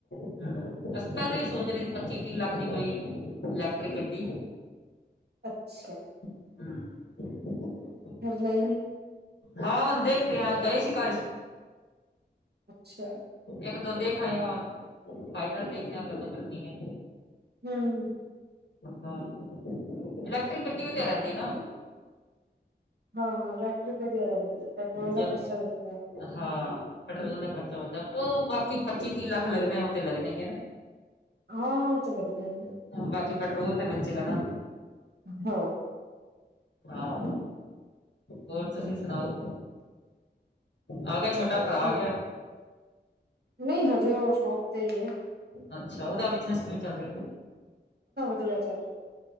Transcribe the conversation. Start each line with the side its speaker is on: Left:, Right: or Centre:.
Left: ਹਮ ਅਸੀਂ ਪਹਿਲੇ ਵੀ ਸੋਚ ਰਹੇ ਸੀ ਪੱਚੀ ਤੀਹ ਲੱਖ ਦੀ ਕੋਈ ਇਲੈਕਟ੍ਰਿਕ ਗੱਡੀ
Right: ਅੱਛਾ
Left: ਹਮ
Right: ਫਿਰ ਲਈ
Left: ਹਾਂ ਹੁਣ ਦੇਖਦੇ ਹਾਂ ਗਏ ਸੀ <inaudible>
Right: ਅੱਛਾ
Left: ਇੱਕ ਦੋ ਦੇਖਏ ਔਰ ਫਾਈਨਲ ਦੇਖਦੇ ਕਦ ਕਰਦੀ ਹੈ
Right: ਹਮ
Left: ਹਾਂ ਇਲੈਕਟ੍ਰਿਕ ਗੱਡੀ ਵਧਿਆ ਰਹਿੰਦੀ ਨਾ
Right: ਹਾਂ ਇਲੈਕਟ ਵਧੀਆ ਰਹਦੀ, ਪੈਟਰੋਲ ਦਾ
Left: ਜ
Right: ਖਰਚਾ ਵਧੀਆ
Left: ਹਾਂ ਪੈਟਰੋਲ ਦਾ ਖਰਚਾ ਉਹ ਬਾਕੀ ਪੱਚੀ ਤੀਹ ਲੱਖ ਲੱਗਣੇ ਉਹ ਤੇ ਲੱਗਣੇ ਹੀ ਹੈ ਨਾ
Right: ਹਾਂ ਔਹ ਤਾ ਲਗਨੇ ਹਮ
Left: ਬਾਕੀ ਪੈਟਰੋਲ ਤੇ ਬਚੇਗਾ ਨਾ
Right: ਹਾਂ
Left: ਆਹ ਹੋਰ ਤੁਸੀਂ ਸੁਣਾਓ ਆ ਗਿਆ ਛੋਟਾ
Right: ਬਸ
Left: ਭਰਾ
Right: ਠੀਕ
Left: ਆ ਗਿਆ
Right: ਨਹੀਂ ਹਜੇ ਉਹ ਸ਼ੋਪ ਤੇ ਹੀ ਹੈ
Left: ਅੱਛਾ ਉਹਦਾ ਵੀ ਬਿਜਨਿਸ ਚੱਲ ਰਿਹਾ
Right: ਦੀਵਾ ਚੱਲ ਪਿਆ।